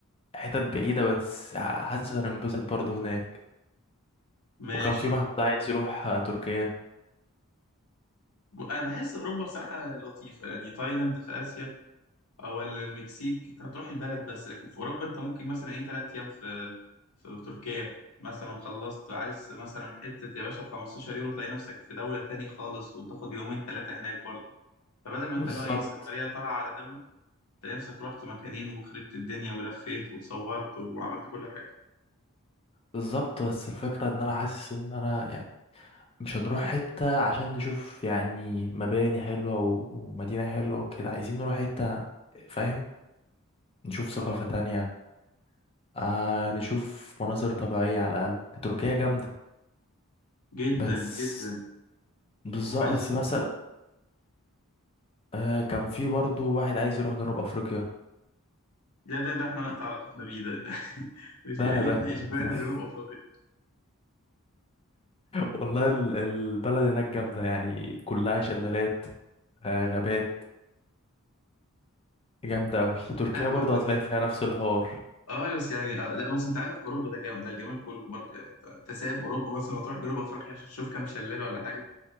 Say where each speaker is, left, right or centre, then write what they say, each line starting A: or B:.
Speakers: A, on the left; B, on the left.
A: حتت بعيدة بس حاسس هننبسط برضه هناك
B: ماشي
A: وكان في محمود عايز يروح آه، تركيا
B: انا بحس اوروبا بصراحه لطيفه يعني تايلاند في اسيا او المكسيك انت هتروح البلد بس لكن في اوروبا انت ممكن مثلا ايه ثلاث ايام في في تركيا مثلا خلصت عايز مثلا حته يا باشا ب 15 يورو تلاقي نفسك في دوله تاني خالص وتاخد يومين ثلاثه هناك برضه فبدل ما انت
A: بالظبط
B: اللي هو ايه سفريه طالعه على دوله تلاقي نفسك رحت مكانين وخربت الدنيا ولفيت وتصورت وعملت كل حاجه
A: بالظبط بس الفكرة ان انا حاسس ان انا يعني مش هنروح حتة عشان نشوف يعني مباني حلوة و- ومدينة حلوة وكده عايزين نروح حتة فاهم نشوف ثقافة
B: اه
A: تانية آه نشوف مناظر طبيعية على الأقل تركيا جامدة
B: جدا
A: بس
B: جدا
A: بالظبط
B: وعايز
A: بس مثلا آه كان في برضو واحد عايز يروح جنوب أفريقيا
B: لا ده ده احنا نقطع علاقتنا بيه ده, ده. <laughs> مش
A: ده
B: يعني
A: أنا ده
B: ليه
A: <laughs>
B: اشمعنى جنوب افريقيا
A: والله ال- البلد هناك جامدة يعني كلها شلالات آه غابات جامدة أوي تركيا
B: فاهمك
A: برضو
B: بس
A: هتلاقي فيها نفس الحوار
B: اه بس يعني آه لا بس انت عندك اوروبا ده جامد ده الجمال كله برضه يعني انت أنت سايب اوروبا مثلا وتروح جنوب افريقيا عشان تشوف كام شلال ولا حاجه